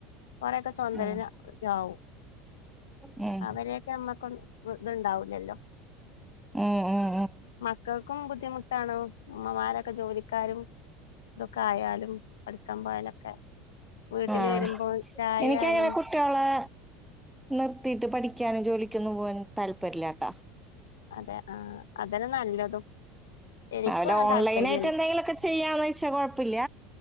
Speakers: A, on the left; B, in the centre.
A: കൊറെയൊക്കെ സ്വതന്തരര്
B: ഉം
A: ആ ആവും
B: ഉം
A: അവരെക്കെ നമ്മക്കൊ ഇത്ണ്ടാവില്ലല്ലോ
B: ഉം ഉം ഉം
A: മക്കൾക്കും ബുദ്ധിമുട്ടാണോ അമ്മമാരൊക്കെ ജോലിക്കാരും ഇതൊക്കെ ആയാലും പഠിക്കാൻ പോയാലൊക്കെ വീട്ടില്
B: ആഹ്
A: വരുമ്പോ ചായ
B: എനിക്കങ്ങനെ
A: ആയാലും
B: കുട്ട്യോളെ നിർത്തീട്ട് പഠി ഠിക്കാനും ജോലിക്കൊന്നും പോവാനും താല്പര്യല്ലാട്ടാ
A: അതെ ആഹ് അതാണ് നല്ലതും എനിക്കും
B: വെല്ല
A: അങ്ങനെ
B: ഓൺലൈൻ
A: താല്പര്യല്ല
B: ആയിട്ട് എന്തെലുമൊക്കെ ചെയ്യാന്ന് വെച്ചാ കൊഴപ്പില്ല